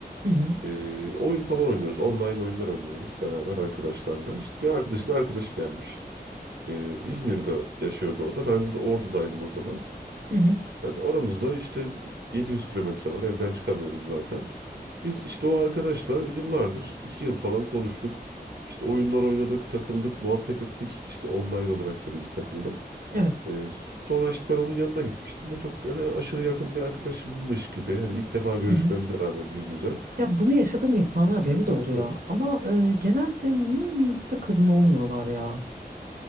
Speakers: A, on the right; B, on the right.
A: hı hı.
B: E, oyun falan oynuyoruz. Online oyunlar oynuyoruz beraber arkadaşlarla. İşte bir arkadaşın arkadaşı gelmiş. Ee, İzmir'de yaşıyordu o da. Ben de Ordu'daydım o zaman.
A: Hı hı.
B: Yani aramızda işte 700 kilometre var. Evden çıkamıyoruz zaten. Biz işte o arkadaşla yıllardır 2 yıl falan konuştuk. İşte oyunlar oynadık, takıldık, muhabbet ettik. İşte online olarak tabii ki takıldık.
A: Evet.
B: Ee, sonra işte ben onun yanına gitmiştim ve çok hani aşırı yakın bir arkadaşımmış gibi. Hani ilk defa görüşmemize
A: Hı hı.
B: rağmen yüz yüze.
A: Ya bunu yaşadığım insanlar
B: De
A: benim
B: takılıyoruz.
A: de oluyor. Ama eee, genelde niye iyiyse kadın olmuyorlar ya.